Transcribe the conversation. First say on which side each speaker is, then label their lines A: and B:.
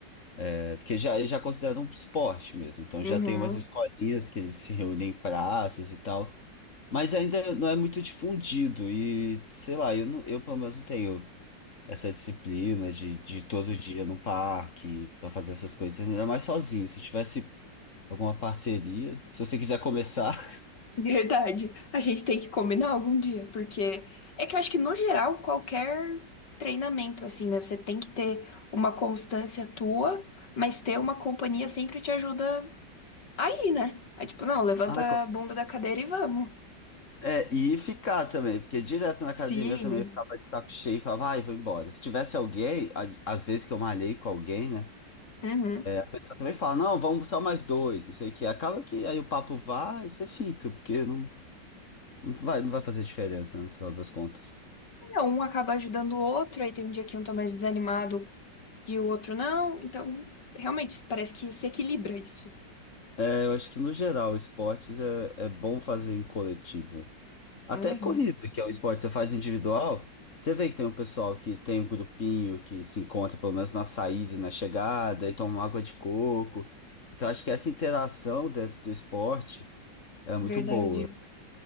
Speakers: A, on the left; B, on the left.
A: é, porque já, eles já consideram um esporte mesmo. Então
B: Uhum.
A: já tem umas escolinhas que eles se reúnem em praças e tal. Mas ainda não é muito difundido. E, sei lá, eu, não, eu pelo menos não tenho essa disciplina de, de todo dia no parque pra fazer essas coisas. Ainda mais sozinho. Se eu tivesse alguma parceria, se você quiser começar. <laughs>
B: Verdade. A gente tem que combinar algum dia, porque é que eu acho que no geral qualquer treinamento assim, né? Você tem que ter uma constância tua, mas ter uma companhia sempre te ajuda aí, né? É tipo, não, levanta
A: Ah,
B: a bunda da cadeira e vamos.
A: É, e ficar também, porque direto na
B: Sim.
A: academia eu também ficava de saco cheio e falava, ai, vou embora. Se tivesse alguém, a- às vezes que eu malhei com alguém, né?
B: Uhum.
A: A pessoa também fala, não, vamos só mais dois, não sei o quê. Acaba que aí o papo vai e você fica, porque não, não vai, não vai fazer diferença, né, no final das contas.
B: É, Um acaba ajudando o outro, aí tem um dia que um tá mais desanimado e o outro não. Então, realmente, parece que se equilibra isso.
A: É, eu acho que no geral, esportes é, é bom fazer em coletivo. Até
B: Uhum.
A: corrida, que é um esporte que você faz individual, você vê que tem um pessoal que tem um grupinho que se encontra pelo menos na saída e na chegada, e toma uma água de coco. Então acho que essa interação dentro do esporte é muito
B: Verdade.
A: boa.